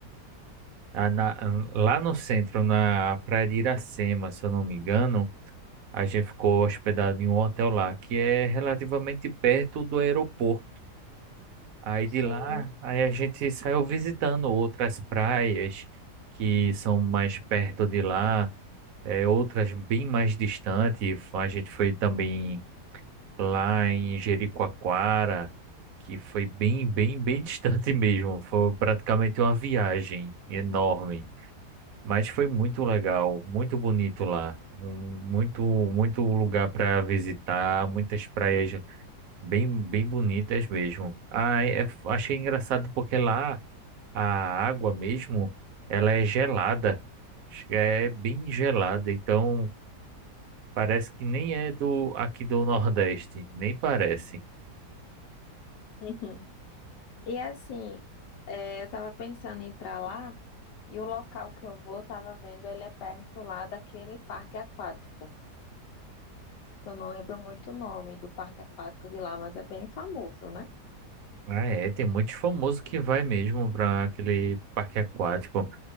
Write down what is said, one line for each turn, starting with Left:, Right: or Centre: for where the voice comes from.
Right: a- na- lá no centro, na praia de Iracema, se eu não me engano. A gente ficou hospedado em um hotel lá, que é relativamente perto do aeroporto. Aí de
Left: Sim.
Right: lá, aí a gente saiu visitando outras praias que são mais perto de lá, é, outras bem mais distantes. A gente foi também. lá em Jericoacoara, que foi bem, bem, bem <laughs> distante mesmo. Foi praticamente uma viagem enorme, mas foi muito legal, muito bonito lá. Um- Muito, muito lugar para visitar, muitas praias bem, bem bonitas mesmo. Ah, é- achei engraçado porque lá a água mesmo, ela é gelada. É bem gelada, então parece que nem é do aqui do Nordeste, nem parece.
Left: Uhum. E assim, é, eu tava pensando em ir pra lá, e o local que eu vou, tava vendo, ele é perto lá daquele parque aquático. que eu não lembro muito o nome do parque aquático de lá, mas é bem famoso, né?
Right: Ah, é, tem muitos famosos que vai mesmo para aquele parque aquático.